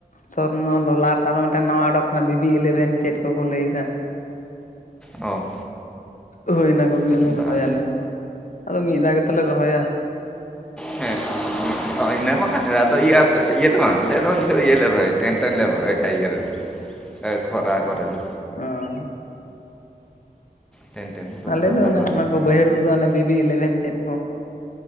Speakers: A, on the left; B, in the centre.
A: ᱥᱚᱨᱱᱚ ᱞᱚᱞᱟᱴ ᱫᱚ ᱢᱤᱫᱴᱟᱝ ᱱᱟᱣᱟ ᱚᱰᱳᱠ ᱠᱟᱱᱟ ᱵᱤᱵᱤ ᱤᱞᱮᱵᱷᱮᱱ ᱪᱮᱫ ᱠᱚᱠᱚ ᱞᱟᱹᱭ ᱮᱫᱟ᱾
B: ᱚ
A: ᱦᱳᱭ ᱚᱱᱟ ᱠᱚᱜᱮᱞᱮ
B: ᱟᱫᱚ
A: ᱨᱚᱦᱚᱭᱟ ᱟᱞᱮ ᱦᱚ ᱟᱫᱚ ᱢᱤᱫ ᱫᱷᱟᱣ ᱜᱮᱛᱚᱞᱮ ᱨᱚᱦᱚᱭᱟ᱾
B: ᱦᱮ ᱱᱟᱹᱢᱟᱫᱚ ᱤᱭᱟᱹ ᱤᱭᱟᱹ ᱫᱚ ᱵᱟᱝ ᱟᱞᱮ ᱩᱱ ᱡᱚᱠᱷᱚᱱ ᱫᱚ ᱤᱭᱟᱹ ᱞᱮ ᱨᱚᱦᱚᱭᱮᱫ ᱴᱮᱱᱥᱮᱱ ᱞᱮ ᱨᱚᱦᱚᱭᱟ ᱤᱭᱟᱹ ᱨᱮᱫᱚ ᱠᱷᱚᱨᱟ ᱠᱚᱨᱮ ᱫᱚ᱾
A: ᱚᱸ
B: ᱴᱮᱱ ᱴᱮᱱ ᱠᱚᱞᱮ
A: ᱟᱞᱮ ᱫᱚ
B: ᱨᱚᱦᱚᱭ
A: ᱚᱱᱮ
B: ᱵᱟᱲᱟᱭ
A: ᱚᱱᱟ
B: ᱜᱮᱭᱟ
A: ᱠᱚ ᱵᱟᱹᱭᱦᱟᱹᱲ ᱨᱮᱫᱚ ᱚᱱᱮ ᱵᱤᱵᱤ ᱤᱞᱮᱵᱷᱮᱱ ᱪᱮᱫ ᱠᱚ